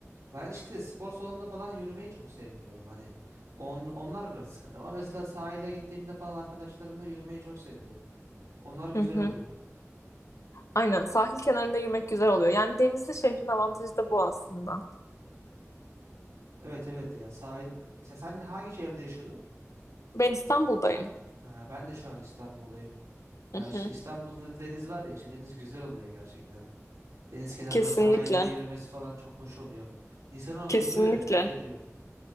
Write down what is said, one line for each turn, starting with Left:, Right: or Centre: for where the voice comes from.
Right: Ben işte spor salonunda falan yürümeyi çok sevmiyorum hani. On, onlar biraz sıkıntı ama mesela sahile gittiğimde falan arkadaşlarımla yürümeyi çok seviyorum. Onlar güzel
Left: Hı hı.
Right: oluyor.
Left: Aynen sahil kenarında yürümek güzel oluyor. Yani denizli şehrin avantajı da bu aslında.
Right: Evet evet ya sahil. Mesela sen hangi şehirde yaşıyordun?
Left: Ben İstanbul'dayım.
Right: Ha, ben de şu an İstanbul'dayım. Ya
Left: Hı
Right: işte
Left: hı.
Right: İstanbul'da deniz var ya işte deniz güzel oluyor gerçekten. Deniz kenarında
Left: Kesinlikle.
Right: sahilde yürümesi falan çok hoş oluyor. İnsana
Left: Kesinlikle.
Right: huzur veriyor, mutlu ediyor.